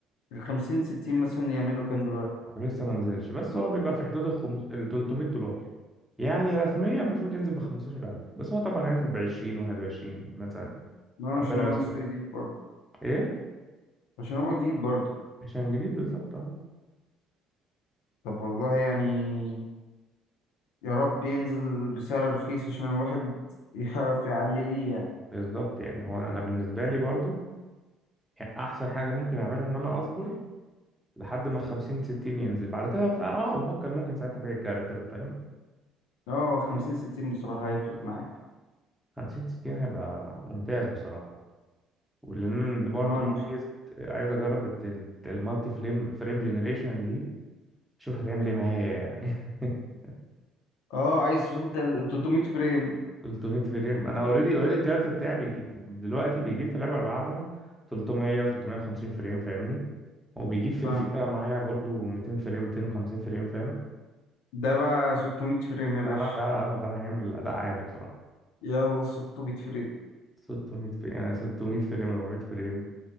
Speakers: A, on the left; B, in the centre.
A: ال 50 60 مثلا يعمل له كام دلوقتي
B: هو لسه ما نزلش بس هو بيبقى في حدود ال خمس- ال 300 دولار يعني رسميا المفروض ينزل ب 15000 بس هو طبعا هينزل ب 20 21 مثلا
A: اه عشان
B: ربنا
A: هو
B: يستر
A: لسه جديد برضه
B: ايه
A: عشان هو جديد برضه
B: عشان جديد بالظبط اه
A: طب والله يعني يا رب ينزل بسعر رخيص عشان الواحد يعرف يعلي ليه يعني
B: بالظبط يعني هو انا بالنسبه لي برضو احسن حاجه ممكن اعملها ان انا اصبر لحد ما 50 60 ينزل بعد كده فا اه بفكر ممكن ساعتها ابيع الكارت بقى فاهم
A: اه خمسين ستين بصراحة هيفرق معاك
B: 50 60 هيبقى ممتاز بصراحه يعني ولان أنا برضو
A: اه نش-
B: عايز عايز اجرب الت- المالتي فليم فريم جنريشن دي اشوف هتعمل ايه معايا يعني <laughs>
A: اه عايز تشوف انت ال 300 فريم
B: 300 فريم انا اوريدي اوريدي الكارت بتاعي بيجي دلوقتي بيجيب في اللعبه اللي بلعبها 300 و350 فريم فاهمني وبيجيب في
A: فاهم
B: الفيفا معايا برضو 200 فريم 250 فريم فاهم
A: ده بقى 600 فريم يا باشا
B: ده ده آه، ده هيعمل اداء عالي بصراحه
A: يلا 600 فريم
B: 600 فريم يعني 600 فريم 400 فريم